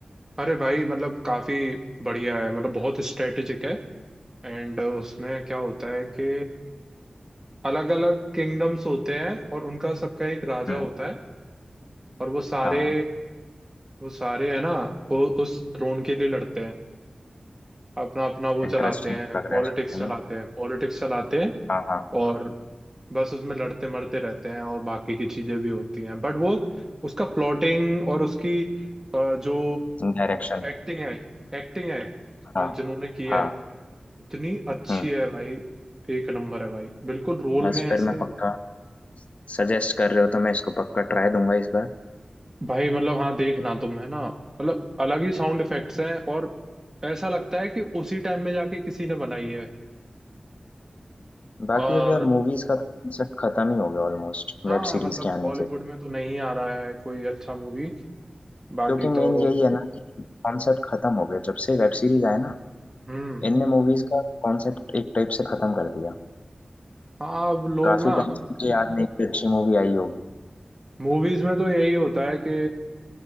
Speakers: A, on the right (about 20°); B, on the left (about 60°).
A: अरे भाई मतलब काफी बढ़िया है मतलब बहुत स्ट्रेटेजिक है एंड उसमें क्या होता है कि अलग अलग किंगडम्स होते हैं और उनका सबका एक राजा
B: हम्म
A: होता है और वो सारे
B: हाँ
A: वो सारे है ना वो उस थ्रोन के लिए लड़ते हैं अपना अपना वो
B: इंटरेस्टिंग
A: चलाते हैं
B: लग
A: पॉलिटिक्स
B: रहा है सुनने
A: चलाते
B: में
A: हैं पॉलिटिक्स चलाते हैं
B: हाँ हाँ
A: और बस उसमें लड़ते मरते रहते हैं और बाकी की चीजें भी होती हैं बट वो उसका प्लॉटिंग और उसकी अ, जो
B: डायरेक्शन
A: एक्टिंग है एक्टिंग है उसमें
B: हाँ
A: जिन्होंने किया
B: हाँ
A: है इतनी अच्छी
B: हम्म
A: है भाई एक नंबर है भाई बिल्कुल रोल
B: बस
A: में ऐसे
B: फिर मैं पक्का सजेस्ट कर रहे हो तो मैं इसको पक्का ट्राई दूंगा इस बार
A: भाई मतलब हाँ देखना तुम है ना मतलब अलग ही साउंड इफेक्ट्स हैं और ऐसा लगता है कि उसी टाइम में जाके किसी ने बनाई है
B: बाकी
A: और
B: अब यार मूवीज का कॉन्सेप्ट खत्म ही हो गया ऑलमोस्ट
A: हाँ
B: वेब सीरीज
A: मतलब
B: के आने
A: बॉलीवुड
B: से
A: में तो नहीं आ रहा है कोई अच्छा मूवी बाकी
B: क्योंकि मेन
A: तो
B: यही है ना कि कॉन्सेप्ट खत्म हो गया जब से वेब सीरीज आए ना
A: हम्म
B: इनने मूवीज का कॉन्सेप्ट एक टाइप से खत्म कर दिया
A: हाँ अब लोग
B: काफी
A: ना
B: टाइम
A: अब
B: से मुझे याद नहीं कि अच्छी मूवी आई होगी
A: मूवीज में तो यही होता है कि